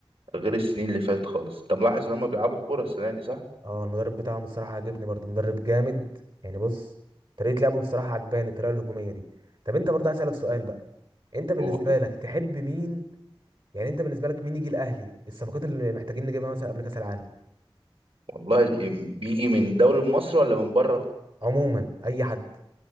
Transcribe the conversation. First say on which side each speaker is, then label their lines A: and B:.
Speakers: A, on the right; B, on the right.
A: غير السنين اللي فاتت خالص انت ملاحظ ان هم بيلعبوا كوره السنه دي صح
B: اه المدرب بتاعهم الصراحة عاجبني برضو مدرب جامد يعني بص طريقة لعبه بصراحة عجباني الطريقة الهجومية دي طب انت برضه عايز اسألك سؤال بقى انت بالنسبه
A: قول
B: لك تحب مين يعني انت بالنسبه لك مين يجي الاهلي الصفقات اللي محتاجين نجيبها مثلا قبل كاس العالم
A: والله ال- بيجي من دوري مصر ولا من بره
B: عموما اي حد